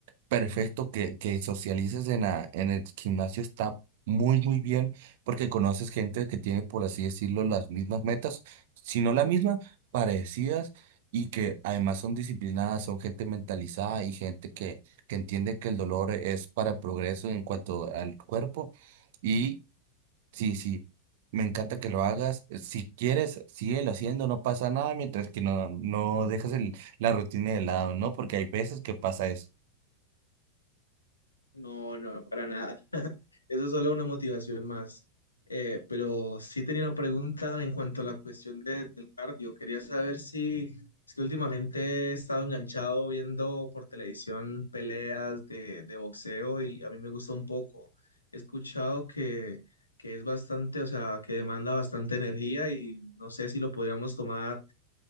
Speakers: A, on the right; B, on the left.
A: Perfecto, que, que socialices en, la- en el gimnasio está muy, muy bien porque conoces gente que tiene, por así decirlo, las mismas metas, si no la misma, parecidas y que además son disciplinadas, son gente mentalizada y gente que, que entiende que el dolor es para el progreso en cuanto al cuerpo. Y sí, sí, me encanta que lo hagas. Si quieres, síguelo haciendo, no pasa nada mientras que no, no dejas el, la rutina de lado, ¿no? Porque hay veces que pasa eso.
B: No, no, para nada. <laughs> Eso es solo una motivación más. Eh, pero sí tenía una pregunta en cuanto a la cuestión de- del cardio. Quería saber si es que últimamente he estado enganchado viendo por televisión peleas de, de boxeo y a mí me gusta un poco. He escuchado que, que es bastante, o sea, que demanda bastante energía y no sé si lo podríamos tomar